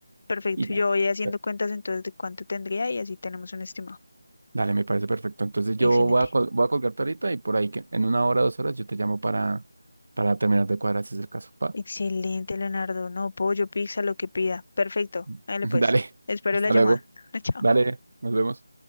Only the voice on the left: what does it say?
perfecto.
Yo voy haciendo
cuentas entonces de cuánto tendría y así tenemos un estimado.
Excelente,
excelente, Leonardo. No, pollo, pizza, lo que pida. Perfecto,
dale
pues. Espero
la llamada.
<laughs> Chao.